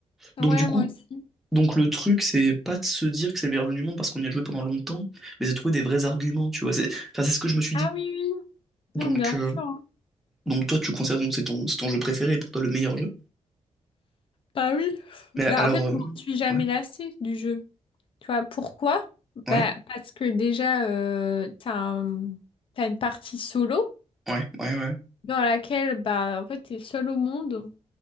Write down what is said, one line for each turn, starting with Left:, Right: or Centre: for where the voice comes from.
Left: Ouais,
Centre: Donc du coup,
Left: moi aussi.
Centre: donc le truc c'est pas de se dire que c'est le meilleur jeu du monde parce qu'on y a joué pendant longtemps, mais c'est de trouver des vrais arguments, tu vois. C'est enfin, c'est ce que je me suis
Left: Ah
Centre: dit.
Left: oui, oui. Non,
Centre: Donc,
Left: bien
Centre: euh,
Left: sûr. hein.
Centre: donc toi, tu considères donc c'est ton, c'est ton jeu préféré et pour toi le meilleur jeu.
Left: Bah oui.
Centre: Mais
Left: Bah
Centre: alors,
Left: en fait,
Centre: euh,
Left: je m'en suis jamais
Centre: ouais,
Left: lassée du jeu. Tu vois, pourquoi?
Centre: ouais,
Left: Bah parce que déjà, euh, t'as un- t'as une partie solo
Centre: ouais, ouais, ouais.
Left: dans laquelle, bah en fait, t'es seul au monde.